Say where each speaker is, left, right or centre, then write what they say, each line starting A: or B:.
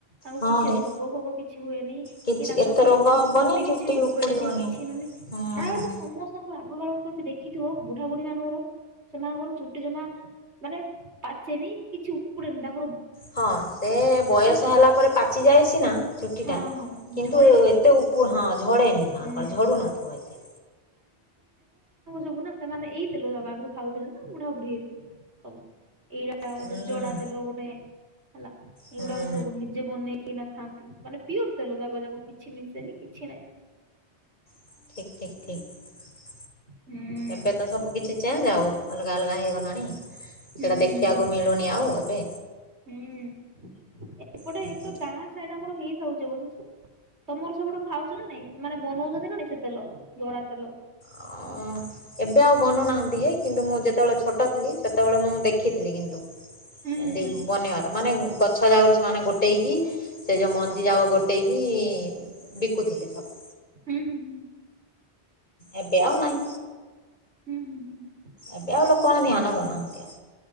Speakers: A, on the right; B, on the left.
A: ଆଉ
B: ହଁ
A: କିଛି।
B: ହେ
A: ରୋଗ ଫୋଗ କିଛି ହୁଏନି କି
B: କିଛି
A: ତାଙ୍କର
B: ଏତେ
A: କିଛି
B: ରୋଗ ହବନି
A: ଚୁଟି କିଛି ଉପେଡେନି
B: ଉପୁଡ଼ିବନି
A: କିଛି ନନି
B: ହୁଁ
A: ପ୍ରାୟତଃ ସମସ୍ତଙ୍କୁ ରାଗକାାଳ ତମେ ଦେଖିଥିବ ବୁଢା ବୁଢୀ ମାନଙ୍କର ସେମାନଙ୍କର ଚୁଟି ଜମା ମାନେ ପାଚେନି କିଛି ଉପୁଡେନି ତାଙ୍କ
B: ହଁ ସେ ବୟସ
A: ଚୁଟି।
B: ହେଲା ପରେ ପାଚି ଯାଏ ସେ ନା ଚୁଟି
A: ହଁ
B: ଟା
A: ହଁ
B: କିନ୍ତୁ
A: ଝଡେନି କିନ୍ତୁ
B: ଏତେ ହଁ ଡ଼େନି ସେମାନଙ୍କର
A: ହୁଁ।
B: ଝ ନଥିବ ଏତ।
A: ସବୁ ନା ସେମାନେ ଏଇଥିଲୁ ତା ଆଗରେ ଖାଉଥିଲେ ନା ବୁଢା ବୁଢୀ ହେ ସବୁ। ଏଇଟା ଗୋଟେ
B: ହୁଁ
A: ଜଡା ତେଲ ଗୋଟେ ହେଲା ଏଇଗୁଡାକ
B: ହୁଁ
A: ସବୁ ନିଜେ ବନେଇ ନା ଖାଆନ୍ତି ମାନେ ପିଓର ତେଲ ଯାାଗ ଯାକ କିଛି ମିଶେନି କିଛି ନହିଁ।
B: ଠିକ ଠିକ ଠିକ।
A: ହୁଁ
B: ଏବେ ତ ସବୁ କିଛି ଚେଞ୍ଜ ଆଉ ଅଲଗା ଅଲଗା ହେଇଗଲାଣି?
A: ହୁଁ
B: ସେଇଟା
A: ହ
B: ଦେଖିବାକୁ ମିଳୁନି ଆଉ ଏବେ।
A: ହଁ ହୁଁ ଏପଟେ
B: ହୁଁ,
A: ଏପଟେ ଗାଁ ସାଇଡ ଆମର ହେଇ ତମର ସ ଗୁଟ ଖାଉଛ ନା ନାଇଁ ସେ ମମାନେେ ବନଉଛନ୍ତି ନାାଇ ସେ ତେଲ ବରା ତେଲ।
B: ଅଁ ଏବେ ଆଉ ବନୁନାହାନ୍ତି ହେ କିନ୍ତୁ ମୁଁ ଯେତେବେଳେ ଛୋଟ ଥିଲି ସେତେବେଳେ ମୁଁ ଦେଖିଥିଲି କିନ୍ତୁ
A: ହୁଁ
B: ଏମତି
A: ହୁଁ
B: ବନେଇବାର ମାନେ ଗଛ ଜାଗ ର ସେମାନେ ଗୋଟେ ପଟେଇକି ସେ ଯୋଉ ମନ୍ଦିର ଯା ଗୋଟେ କି କୁଥିଲେ ସବୁ
A: ହୁଁ ହୁଁ ହୁଁ
B: ଏ ବେୟ ହ ନହିଁ
A: ହୁଁ ହୁଁ ହୁଁ
B: ଏବେଓ ଲୋକଙ୍କୁ ଧଧ୍ୟାନ ନ ଦେନା ହନ୍ତିଆ